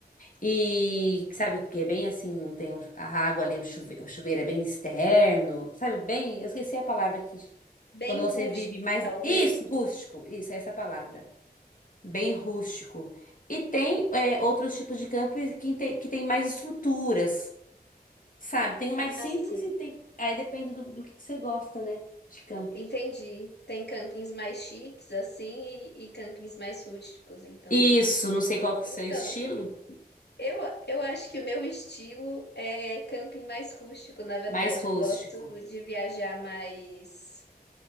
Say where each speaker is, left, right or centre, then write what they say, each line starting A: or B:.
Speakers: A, on the left; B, on the left.
A: e sabe, porque é bem assim, tem o- a água ali, o chuveiro, o chuveiro é bem externo, sabe? Bem, eu esqueci a palavra que.
B: Bem
A: Quando você
B: rústico,
A: vive mais.
B: talvez.
A: Isso, rústico, isso, é essa é a palavra. Bem rústico. E tem é, outros tipos de camping que tem, que tem mais estruturas. Sabe, tem o mais simples
B: Ah, sim.
A: e tem. Aí depende do, do que que você gosta, né? De campo
B: Entendi. Tem campings mais chiques assim e, e campings mais rústicos, então.
A: Isso, não sei qual que é o
B: Então,
A: seu estilo,
B: Eu, eu acho que o meu estilo é camping mais rústico, na verdade.
A: mais rústico.
B: Eu gosto de viajar mais.